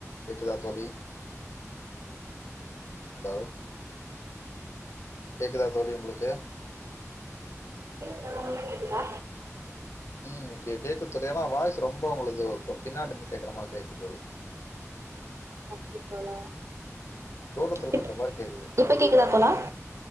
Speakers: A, on the left (about 60°); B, on the right (about 55°).
A: கேக்குதா தோழி ஹலோ கேக்குதா தோழி உங்களுக்கு
B: தோழா உங்களுக்கு கேக்குதா
A: உம் கேக்குத் தோலி ஏனா வாய்ஸ் ரொம்ப உங்ளது பின்னாடி இருந்து கேக்குற மாரி கேக்குதுதோலி
B: ஓகே தோழா
A: தூரத்துலருக்கிற
B: இப்
A: மாரி கேக்
B: இப்ப கேக்குதா தோலா